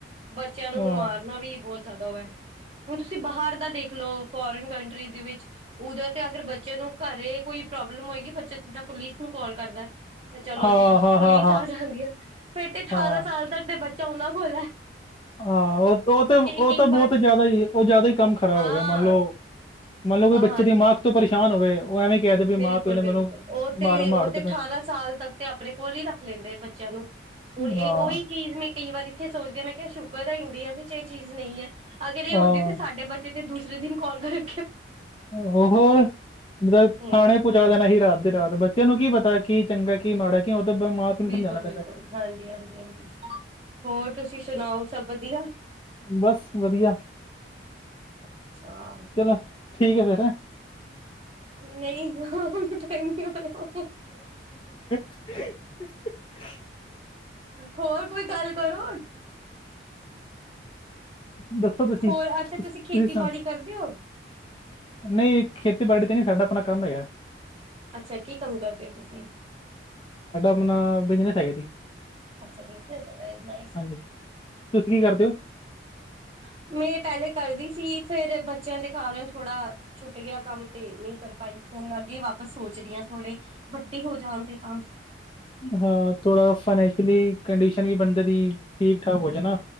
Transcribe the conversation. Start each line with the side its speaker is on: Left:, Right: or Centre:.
Right: ਬੱਚਿਆਂ ਨੂੰ
Left: ਹਾਂ
Right: ਹੁਣ ਮਾਰਨਾ ਵੀ ਬਹੁਤ ਜ਼ਿਆਦਾ ਉਹ ਹੈ ਹੁਣ ਤੁਸੀਂ ਬਾਹਰ ਦਾ ਦੇਖ ਲਓ। ਫੋਰਨ ਕੰਟਰੀ ਦੇ ਵਿੱਚ ਉਧਰ ਤਾਂ ਅਗਰ ਬੱਚਿਆਂ ਨੂੰ। ਘਰੇ ਕੋਈ ਪ੍ਰੋਬਲਮ ਹੋਏਗੀ ਬੱਚਾ ਸਿੱਧਾ ਪੁਲਿਸ ਨੂੰ ਕਾਲ ਕਰਦਾ ਏ। ਤੇ ਚਲੋ
Left: ਹਾਂ
Right: ਜੀ, ਪੁਲਿਸ
Left: ਹਾਂ ਹਾਂ ਹਾਂ
Right: ਆ ਜਾਂਦੀ ਏ, ਫੇਰ ਤੇ ਅਠਾਰਾਂ
Left: ਹਾਂ
Right: ਸਾਲ ਤੱਕ ਤੇ ਬੱਚਾ ਉਹਨਾ ਕੋਲ ਏ।
Left: ਹਾਂ ਉਹ ਤੇ ਉਹ
Right: ਕਈ
Left: ਤਾਂ ਬਹੁਤ
Right: ਵਾਰ
Left: ਜ਼ਿਆਦਾ ਹੀ ਉਹ ਜ਼ਿਆਦਾ ਹੀ ਕੰਮ ਖ਼ਰਾਬ
Right: ਹਾਂ
Left: ਹੈਗਾ। ਮੰਨ ਲਓ ਮੰਨ ਲਓ ਕਿ ਬੱਚੇ
Right: ਹਾਂਜੀ
Left: ਦਿਮਾਗ ਤੋਂ ਪਰੇਸ਼ਾਨ ਹੋਵੇ। ਉਹ ਐਵੇਂ ਕਹਿ ਦੇ ਵੀ
Right: ਬਿਲਕੁਲ
Left: ਮਾਂ ਪਿਓ ਨੇ
Right: ਬਿਲਕੁਲ
Left: ਮੈਨੂੰ
Right: ਉਹ ਤੇ
Left: ਮਾਰ ਮਾਰਦੇ
Right: ਉਹ ਤੇ ਅਠਾਰਾਂ
Left: ਪਏ
Right: ਸਾਲ ਤੱਕ ਤੇ ਆਪਣੇ ਕੋਲ ਹੀ ਰੱਖ ਲੈਂਦੇ ਨੇ ਬੱਚਿਆਂ ਨੂੰ। ਹੁਣ ਇਹ
Left: ਹਾਂ
Right: ਉਹੀ ਚੀਜ਼ ਮੈਂ ਕਈ ਵਾਰੀ। ਇੱਥੇ ਸੋਚਦੇ ਮੈਂ ਕਿਹਾ ਸ਼ੁਕਰ ਹੈ ਇੰਡੀਆ ਵਿੱਚ ਇਹ ਚੀਜ਼ ਨਹੀਂ ਹੈ ਅਗਰ ਇਹ
Left: ਹਾਂ
Right: ਹੁੰਦੀ ਤੇ ਸਾਡੇ ਬੱਚੇ ਤੇ ਦੂਸ ਦੂਸਰੇ ਦਿਨ ਕਾਲ ਕਰੇ।
Left: ਹੋ ਹੋਰ?
Right: ਹੂੰ
Left: ਥਾਣੇ ਪਹੁੰਚਾ ਦੇਣਾ ਸੀ ਰਾਤ ਦੇ ਰਾਤ ਬੱਚਿਆਂ ਨੂੰ ਕੀ ਪਤਾ ਕੀ ਚੰਗਾ ਕੀ ਮਾੜਾ ਕੀ। ਉਹ ਤਾਂ ਮਾਂ ਪਿਓ
Right: ਬਿਲਕੁਲ,
Left: ਨੂੰ ਸਮਝਾਉਣਾ ਪੈਂਦਾ
Right: ਬਿਲਕੁਲ, ਹਾਂਜੀ, ਹਾਂਜੀ, ਹਾਂਜੀ ਹੋਰ ਤੁਸੀਂ ਸੁਣਾਓ ਸਭ ਵਧੀਆ?
Left: ਬਸ ਵਧੀਆ,
Right: ਅੱਛਾ
Left: ਚਲੋ, ਠੀਕ ਹੈ ਫਿਰ। ਹੈ।
Right: ਨਹੀਂ ਆ ਟਾਈਮ ਨਹੀਂ ਹੋਇਆ।
Left: <unintelligible>
Right: ਹੋਰ ਕੋਈ ਗੱਲ ਕਰੋ?
Left: ਦੱਸੋ ਤੁਸੀਂ
Right: ਹੋਰ ਅੱਛਾ
Left: ਤੁਸੀਂ
Right: ਖੇਤੀਬਾੜੀ
Left: ਸੁਣਾਓ?
Right: ਕਰਦੇ ਹੋ
Left: ਨਹੀਂ ਖੇਤੀਬਾੜੀ ਤੇ ਨਹੀ ਸਾਡਾ ਆਪਣਾ ਕੰਮ ਹੈਗਾ।
Right: ਅੱਛਾ ਕੀ ਕੰਮ ਕਰਦੇ ਹੋ ਤੁਸੀਂ?
Left: ਆਪ ਬਿਜਨਸ ਹੈਗੇ ਜੀ।
Right: ਅੱਛਾ ਬਿਜਨਸ ਹੈ, ਨਾਈਸ
Left: ਹਾਂਜੀ ਤੁਸੀਂ ਕੀ ਕਰਦੇ ਹੋ।
Right: <inaudible> <inaudible> ਮੈਂ ਪਹਿਲੇ ਕਰਦੀ ਸੀ ਫਿਰ ਬੱਚਿਆਂ ਦੇ ਕਾਰਨ ਥੋੜਾ ਛੁੱਟ ਗਿਆ ਕੰਮ ਤੇ ਨਹੀਂ ਕਰ ਪਾਈ। ਹੁਣ ਅੱਗੇ ਵਾਪਸ ਸੋਚ ਰ ਹ ਥੋੜੇ ਵੱਡੇ ਹੋ ਜਾਣ ਤੇ ਤਾਂ।
Left: ਹਾਂ ਥੋੜਾ ਫਾਈਨੈਂਸ਼ਅਲੀ ਕੰਡੀਸ਼ਨ ਵੀ ਬੰਦੇ ਦੀ ਠੀਕ ਠਾਕ ਹੋ ਜਾ ਨਾ।